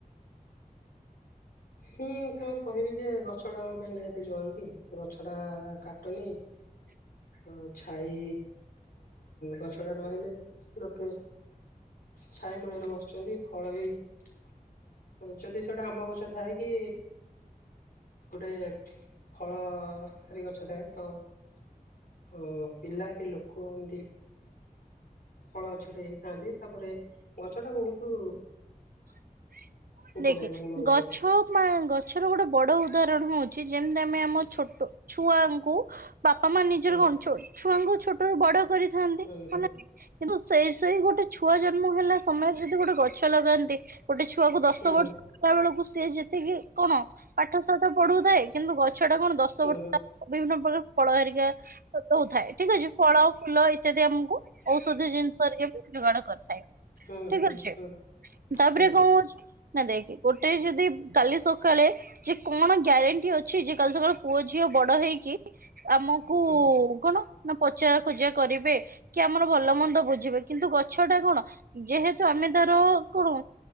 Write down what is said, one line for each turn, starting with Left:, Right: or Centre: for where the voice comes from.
Left: ହୁଁ ତାକୁ କହିବି ଯେ ଗଛ ଟା ଆମ ପାଇଁ ନିହାତି ଜରୁରୀ ଗଛ ଟା କାଟନି
Right: <inaudible>
Left: ଆଉ ଛାଇ ଗଛ ଟା ରହିଲେ ଲୋକେ ଛାଇ ମୂଳରେ ବସୁଛନ୍ତି ଫଳ ବି ଯଦି ଖାଉଛନ୍ତି ସେଟା ଆମ୍ବ ଗଛ ଥାଏ କି ଗୋଟେ ଫଳ ଖାଲି ଗଛ ଦେହରେ ଥାଉ ଓ ପିଲା କି ଲୋକ କୁ ଅନ୍ଦୀପ ଫଳ ଗଛୁଟେ ହେଇଥାଆନ୍ତି ତାପରେ ଗଛ ଟା ବହୁତ
Right: <inaudible>
Left: ଉପକାରୀ
Right: ଦେଖେ
Left: ମାନେ ମଣିଷଙ୍କ
Right: ଗଛମା
Left: ପାଇଁ।
Right: ଗଛର ଗୋଟେ ବଡ ଉଦାହରଣ ହଉଛି ଯେମିତି ଆମେ ଆମ ଛୋଟ ଛୁଆଙ୍କୁ ବାପା ମା ନିଜର
Left: ହୁଁ
Right: ହୁ ଅ ଛୁଆଙ୍କୁ ଛୋଟ ବଡ କରିଥାନ୍ତି
Left: ହୁଁ ହୁଁ
Right: ମାନେ କିନ୍ତୁ ସେଇ ସେଇ ଗୋଟେ ଛୁଆ ଜନ୍ମ ହେଲା ସମୟରେ ଯଦି ଗୋଟେ ଗଛ ଲଗାନ୍ତି ଗୋଟେ ଛୁଆକୁ ଦଶ
Left: ହୁଁ
Right: ଗୁଆ ବେଳକୁ ସିଏ ଯେତିକି କଣ ପାଠ ସାଠ ପଢୁଥାଏ କିନ୍ତୁ ଗଛ ଟା କଣ ଦଶ
Left: ହୁଁ
Right: ବର୍ଷ ବିଭିନ୍ନ ପ୍ରକାର ଫଳ ହେରିକା ଦଉଥାଏ ଠିକ ଅଛି ଫଳ ଫୁଲ ଇତ୍ୟାଦି ଆମକୁ ଔଷଧ ଜିନିଷରେ ଏବେ ଯୋଗାଡ କରିଥାଏ
Left: ହୁଁ ହୁଁ ହୁଁ
Right: ଠିକ
Left: ହୁଁ
Right: ଅଛି
Left: ହୁଁ
Right: ତାପରେ
Left: ହଁ
Right: କଣ ହଉଛି ନା ଦେଖେ ଗୋଟେ ଯଦି କାଲି ସକାଳେ ଯେ କଣ ଗ୍ୟାରେଣ୍ଟି ଅଛି ଯେ କାଲି ସକାଳେ ପୁଅ ଝିଅ ବଡ ହେଇକି ଆମକୁ
Left: ହୁଁ
Right: କଣ ନା ପଚାର ଖୋଜା କରିବେ କି ଆମର ଭଲ ମନ୍ଦ ବୁଝିବେ କିନ୍ତୁ ଗଛ ଟା କଣ ଯେହେତୁ ଆମେ ତାର କଣ